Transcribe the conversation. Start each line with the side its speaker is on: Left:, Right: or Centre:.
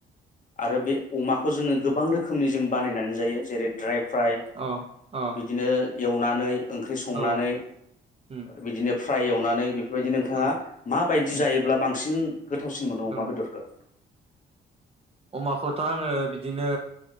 Left: आरो बे अमाखौ जोङो गोबां रोखोमनि जों बानायनानै जायो जेरै ड्राय फ्राट ओमफ्राय
Right: अ अ
Left: बिदिनो एवनानै ओंख्रि संनानै
Right: औ उम
Left: बिदिनो फ्राय एवनानै बे बेबायदि नोंथाङा
Right: औ
Left: माबायदि
Right: उम
Left: जायोब्ला बांसिन गोथावसिन मोनो
Right: औ
Left: अमा बेदरखौ
Right: अमाखौथ' आङो बिदिनो